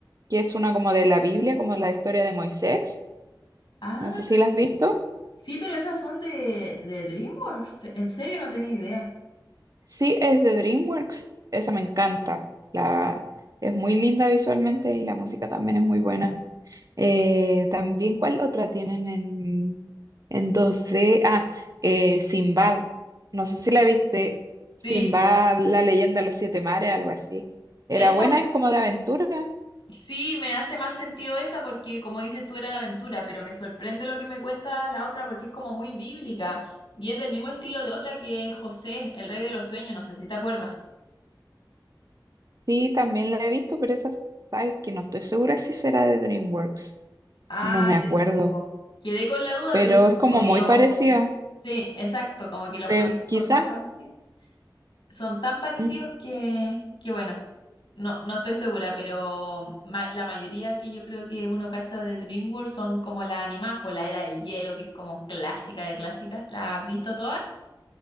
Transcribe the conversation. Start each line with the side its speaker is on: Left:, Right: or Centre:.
Right: que es una como de la Biblia, como la historia de Moisés.
Left: Ah,
Right: No sé si la has visto.
Left: sí, pero esas son de, de DreamWorks. En serio, no tenía idea.
Right: Sí, es de DreamWorks. Esa me encanta. La, es muy linda visualmente y la música también es muy buena. Eh, también, ¿cuál otra tienen en, en dos d Ah, eh, Sinbad. No sé si la viste. Sinbad,
Left: Sí,
Right: la leyenda de los siete mares, algo así. Era
Left: esa
Right: buena, es como de aventura.
Left: sí me hace más sentido esa porque como dices tú era de aventura, pero me sorprende lo que me cuenta la otra porque es como muy bíblica y es del mismo estilo de otra que es José, el rey de los sueños, no sé si te acuerdas.
Right: Sí, también la he visto, pero esa, sabes que no estoy segura si será de DreamWorks.
Left: Ah,
Right: No me acuerdo.
Left: yo tampoco. Quedé con la duda,
Right: pero
Left: pero es que
Right: es como
Left: como que
Right: muy
Left: lo...
Right: parecida.
Left: Sí, exacto, como que los
Right: Te-
Left: monitos
Right: quizá,
Left: son tan parecidos. Son tan parecidos
Right: mm,
Left: que, que bueno, no, no estoy segura, pero ma- la mayoría que yo creo que uno cacha de DreamWorks son como las animadas por la Era del Hielo, que es como clásica de clásicas. ¿Las has visto todas?